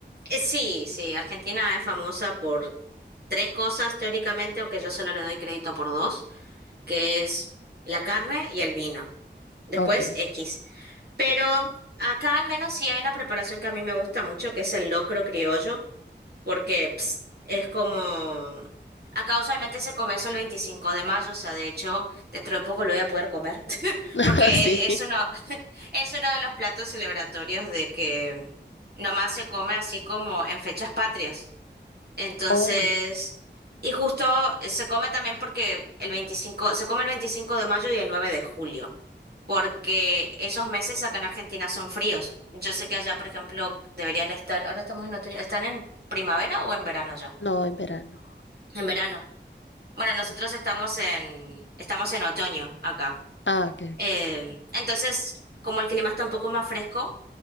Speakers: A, on the right; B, on the left.
A: Eh, Sí, sí, Argentina es famosa por tres cosas teóricamente, aunque yo solo le doy crédito por dos. que es la carne y el vino. Después
B: Ok.
A: X. Pero acá al menos sí hay una preparación que a mí me gusta mucho, que es el locro criollo, porque ps, es como... Acá usualmente se come eso el 25 de mayo, o sea, de hecho, dentro de poco lo voy a poder comer, <laughs>
B: <laughs>
A: porque
B: Sí.
A: es uno, <laughs> es uno de los platos celebratorios de que nomás se come así como en fechas patrias. Entonces,
B: Oh, en-
A: y justo eh, se come también porque el 25 se come el 25 de mayo y el 9 de julio, porque esos meses acá en Argentina son fríos. Yo sé que allá, por ejemplo, deberían estar, ahora estamos en otoño, ¿están en primavera o en verano ya?
B: no, en verano.
A: En verano. Bueno,
B: Sí.
A: nosotros estamos en, estamos en otoño acá.
B: Ah, ok,
A: Eh, entonces, como el clima está un poco más fresco,